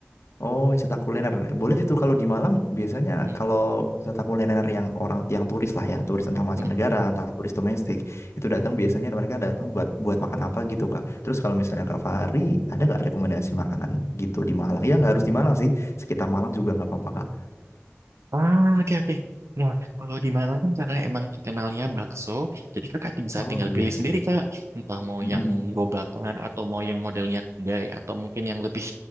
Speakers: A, on the left; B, on the right.
A: Oh, wisata kuliner.
B: eh,
A: Boleh itu kalau di Malang biasanya
B: hmm,
A: kalau wisata kuliner yang orang yang turis lah ya, turis entah mancanegara,
B: hmm,
A: entah turis domestik, itu datang
B: hmm.
A: biasanya mereka datang buat buat makan apa gitu, Kak. Terus kalau misalnya Kak Fahri, ada nggak rekomendasi makanan gitu di Malang? Ya nggak harus di Malang sih, sekitar Malang juga nggak apa-apa, Kak.
B: Ah, oke, oke. Nah, kalau di Malang kan karena emang terkenalnya bakso, jadi kakak bisa
A: Oh
B: tinggal
A: iya.
B: pilih sendiri, Kak. Entah mau
A: Mm-mm.
B: yang gerobakan, atau mau yang modelnya kedai, atau mungkin yang lebih